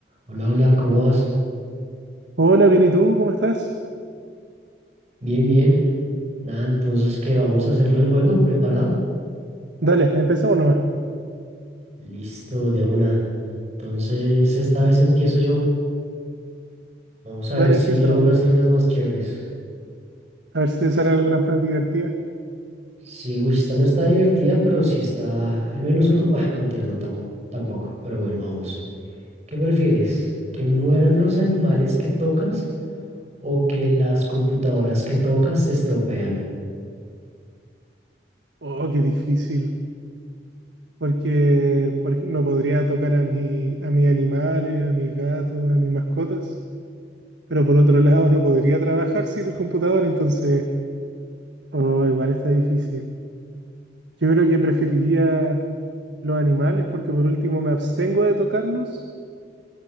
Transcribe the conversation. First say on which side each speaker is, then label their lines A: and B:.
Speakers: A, on the right; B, on the right.
A: Hola, hola, ¿cómo vas?
B: Hola, bien, ¿y tú? ¿Cómo estás?
A: Bien, bien. Nada, entonces, ¿qué? ¿Vamos a hacerlo el juego? ¿Preparado?
B: Dale, empezamos, nomás.
A: Listo, de una. Entonces, esta vez empiezo yo. Vamos a
B: Dale,
A: ver si
B: empieza
A: logro
B: nomás.
A: hacer unas más chéveres.
B: A ver si te salen algunas más divertidas.
A: Sí, uy, esta no está divertida, pero sí está al menos uno. Bah, no, mentiras, no, tampoco. Tampoco, pero bueno, vamos. ¿Qué prefieres? ¿Que mueran los animales que tocas o que las computadoras que tocas se estropean?
B: Oh, qué difícil. Porque, por ejemplo, no podría tocar a mi, a mis animales, a mis gatos, a mis mascotas. Pero por otro lado, no podría trabajar sin el computador, entonces, oh, igual está difícil. Yo creo que preferiría los animales porque por último me abstengo de tocarlos.